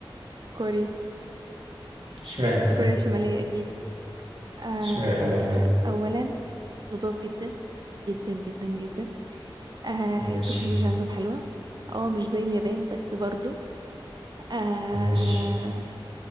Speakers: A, on the right (about 50°); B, on the right (about 75°).
A: كوريا
B: <laughs> اشمعنى
A: كوريا الشمالية اكيد آه
B: اشمعنى برضه
A: اولا نضاف جدا جدا جدا جدا آه
B: ماشي
A: التكنولوجيا عندهم حلوة اه مش زي اليابان بس برضو آه
B: ماشي